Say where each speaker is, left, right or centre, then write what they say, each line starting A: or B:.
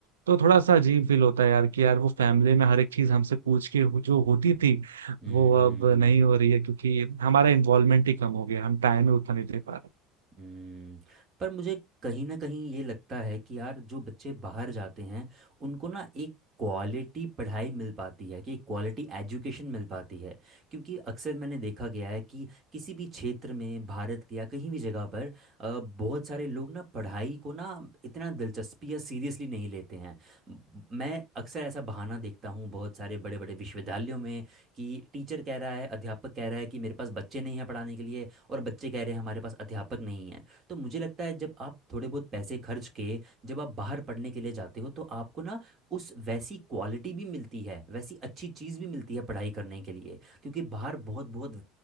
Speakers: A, on the right; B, on the right.
A: तो थोड़ा सा अजीब फील होता है यार कि यार वो फैमिली में हर एक चीज हमसे पूछ के हो- जो होती थी
B: हम्म,
A: वो अब नहीं हो रही है क्योंकि हमारा इन्वॉल्वमेंट ही कम हो गया हम टाइम ही उतना नहीं दे पा रहे
B: हम्म, पर मुझे कहीं ना कहीं ये लगता है कि यार जो बच्चे बाहर जाते हैं उनको ना एक क्वालिटी पढ़ाई मिल पाती है कि क्वालिटी एजुकेशन मिल पाती है क्योंकि अक्सर मैंने देखा गया है कि किसी भी क्षेत्र में भारत के या कहीं भी जगह पर अ, बहुत सारे लोग ना पढ़ाई को ना इतना दिलचस्पी या सीरियसली नहीं लेते हैं म- मैं अक्सर ऐसा बहाना देखता हूँ बहुत सारे बड़े बड़े विश्वविद्यालयों में कि टीचर कह रहा है अध्यापक कह रहा है कि मेरे पास बच्चे नहीं हैं पढ़ाने के लिए और बच्चे कह रहे हैं हमारे पास अध्यापक नहीं है तो मुझे लगता है जब आप थोड़े बहुत पैसे खर्च के जब आप बाहर पढ़ने के लिए जाते हो तो आपको ना उस वैसी क्वालिटी भी मिलती है वैसी अच्छी चीज़ भी मिलती है पढ़ाई करने के लिए क्योंकि बाहर बहुत बहुत